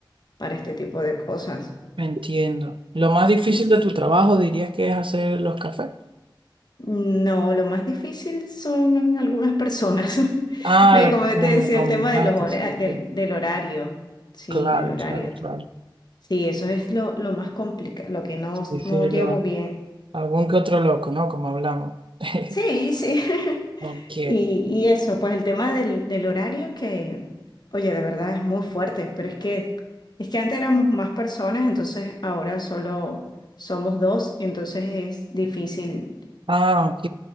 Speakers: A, on the left (about 55°); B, on the right (about 80°).
A: para este tipo de cosas.
B: entiendo. Lo más difícil
A: Sí.
B: de tu trabajo dirías que es hacer los cafés.
A: No, lo más difícil son algunas personas. <laughs>
B: Ah,
A: No, y como te
B: como
A: decía,
B: me comentaste,
A: el tema de los hora-
B: sí,
A: del,
B: sí.
A: del horario. Sí,
B: Claro,
A: del horario.
B: claro, claro.
A: Sí, eso es lo, lo más complicado, lo que no,
B: Sí, sí,
A: no llevo
B: lo-
A: bien.
B: algún que otro loco, ¿no? Como hablamos. <laughs>
A: Sí, sí. <laughs>
B: Ok.
A: Y, y eso, pues el tema del, del horario que, oye, de verdad es muy fuerte, pero es que, es que antes éramos más personas, entonces ahora solo somos dos, entonces es difícil.
B: Ah, ok.